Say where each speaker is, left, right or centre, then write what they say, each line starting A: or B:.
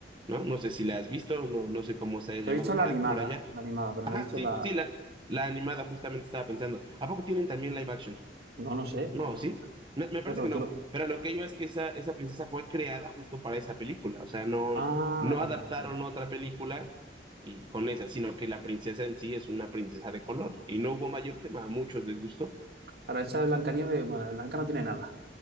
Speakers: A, on the right; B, on the right.
A: ¿no? No sé si la has visto, no, no sé cómo se haya
B: He
A: llamado
B: visto la
A: para,
B: animada,
A: por allá.
B: la animada, pero
A: Ajá,
B: no he visto
A: sí,
B: la...
A: sí, la, la animada justamente estaba pensando. ¿A poco tienen también live action?
B: No, no sé.
A: No,
B: No sé,
A: ¿sí? Me, me parece
B: Pero
A: que no,
B: tú lo...
A: pero lo que iba es que esa, esa princesa fue creada justo para esa película, o sea, no,
B: Ah,
A: no
B: vale,
A: adaptaron
B: entiendo.
A: otra película y con esa, sino que la princesa en sí es una princesa de color y no hubo mayor tema, a muchos les gustó.
B: Ahora, esa de Blancanieves, bueno, de Blanca no tiene nada.